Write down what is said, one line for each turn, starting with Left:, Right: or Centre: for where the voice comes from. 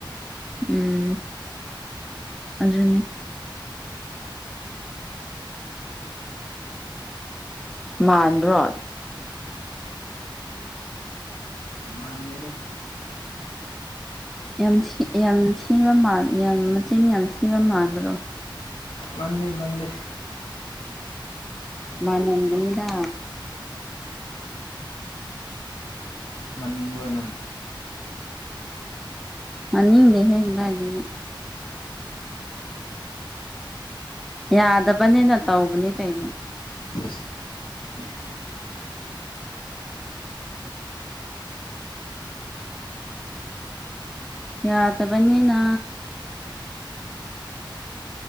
Centre: ꯎꯝ ꯑꯗꯨꯅꯤ ꯃꯥꯟꯕꯔꯣ
Left: ꯃꯟꯗꯦꯗ
Centre: ꯌꯥꯝ ꯌꯥꯝ ꯊꯤꯕ ꯌꯥꯝ ꯃꯆꯤꯟ ꯌꯥꯝ ꯊꯤꯕ ꯃꯥꯟꯕ꯭ꯔꯣ
Left: ꯃꯗꯦ ꯃꯗꯦ
Centre: ꯃꯥꯂꯝꯒꯅꯤꯗ
Left: ꯃꯅꯤꯡꯕ꯭ꯔꯣ ꯅꯪ
Centre: ꯃꯅꯤꯡꯗꯦ ꯍꯦ ꯀꯗꯥꯢꯗꯒꯤ ꯌꯥꯗꯕꯅꯤꯅ ꯇꯧꯕꯅꯤ ꯀꯩꯅꯣ
Left: <unintelligible> <inaudible>
Centre: ꯌꯥꯗꯕꯅꯤꯅ